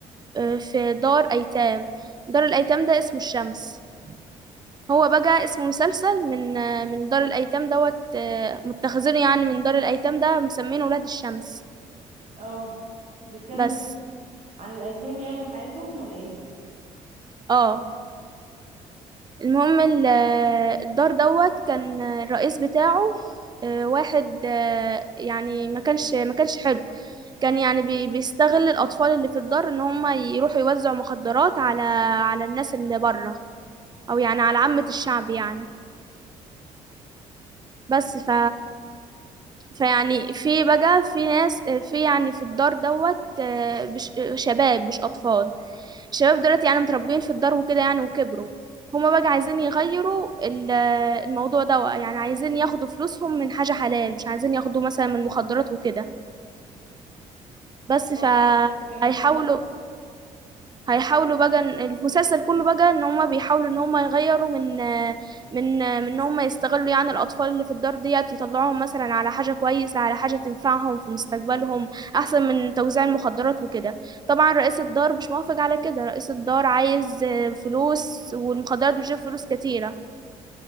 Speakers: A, on the right; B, on the right.
A: آه، في دار ايتام دار الايتام ده اسمه الشمس هو بقى اسمه مسلسل من آه، من دار الايتام دوت آه، متخذين يعني من دار الايتام ده مسمينه ولاد الشمس
B: اه بيتكلم
A: بس
B: عن إيه؟ عن الايتام يعني وحياتهم ولا ايه؟
A: اه المهم ال- آه، الدار دوت كان الرئيس بتاعه آه، واحد آه، يعني ما كانش ما كانش حلو كان يعني بي- بيستغل الاطفال اللي في الدار ان هم يروحوا يوزعوا مخدرات على على الناس اللي بره او يعني على عامة الشعب يعني بس ف فيعني في بقى في ناس في يعني في الدار دوت آه، بش- شباب مش أطفال الشباب دولت يعني متربيين في الدار وكده يعني وكبروا هما بقى عايزين يغيروا ال- الموضوع ده يعني عايزين ياخدوا فلوسهم من حاجة حلال مش عايزين ياخدوا مثلا من مخدرات وكده بس
B: اه بيعملوا
A: فهيحاولوا
B: ايه بقى؟
A: هيحاولوا بقى إن- المسلسل كله بقى ان هما بيحاولوا ان هما يغيروا من من من ان هما يستغلوا يعني الاطفال اللي في الدار ديت يطلعوهم مثلا على حاجة كويسة على حاجة تنفعهم في مستقبلهم احسن من توزيع المخدرات وكده طبعا رئيس الدار مش موافق على كده رئيس الدار عايز آه، فلوس والمخدرات بتجيب فلوس كتيرة